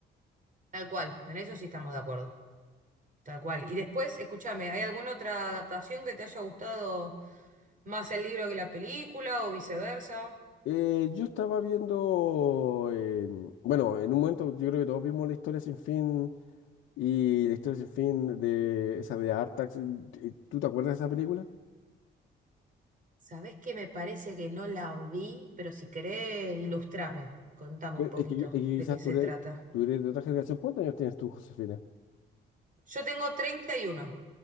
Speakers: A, on the right (about 40°); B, on the left (about 80°).
A: tal cual, en eso sí estamos de acuerdo, tal cual. Y después, escúchame, ¿hay alguna otra adaptación que te haya gustado? más el libro que la película o viceversa.
B: Eh, yo estaba viendo, eh, bueno, en un momento yo creo que todos vimos la historia sin fin y la historia sin fin de esa de Artax. Eh, ¿Tú te acuerdas de esa película?
A: ¿Sabés que Me parece que no la vi, pero si querés, ilustrame, contame
B: Eh,
A: un poquito
B: Es que, es que quizás
A: de qué se
B: tú eres,
A: trata.
B: tú eres de otra generación. ¿Cuántos años tienes tú, Josefina?
A: Yo tengo treinta y uno